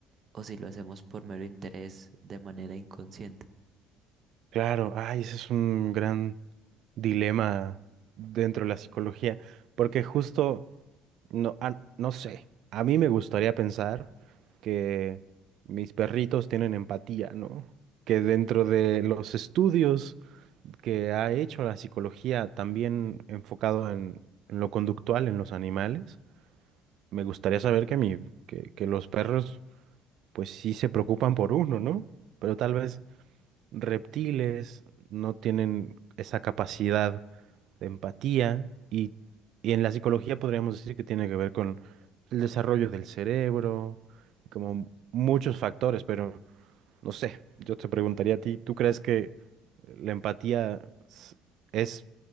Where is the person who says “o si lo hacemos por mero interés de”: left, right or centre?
Right